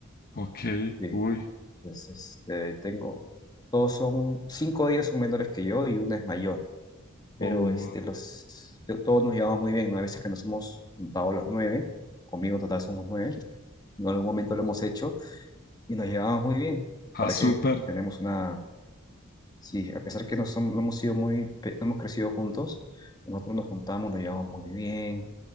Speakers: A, on the left; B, on the left.
A: Ok,
B: Sí,
A: uy,
B: entonces este, tengo, todos son, cinco de ellos son menores que yo y una es mayor, pero
A: oh,
B: este, los, to- todos nos llevamos muy bien, ¿no? Hay veces que nos hemos juntado los nueve, conmigo en total somos nueve, en algún momento lo hemos hecho y nos llevamos muy bien.
A: ah,
B: ¿Para
A: súper,
B: qué? Tenemos una Sí, a pesar que no, som- no hemos sido muy, pe- no hemos crecido juntos, nosotros nos juntamos, nos llevamos muy bien,